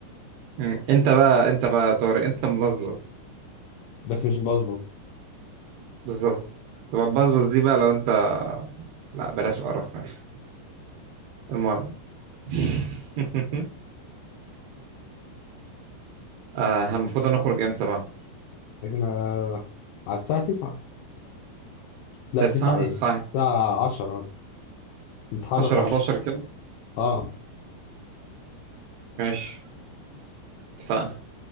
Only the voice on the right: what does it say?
مم. انت بقى انت بقى يا طارق انت ملزلز
بالظبط تبقى بزبز دي بقى لو انت لا بلاش قرف ماشي المهم <laughs> آه، المفروض نخرج امتى بقى؟
تسعة
ساعة
10
11 كده
ماشي اتفقنا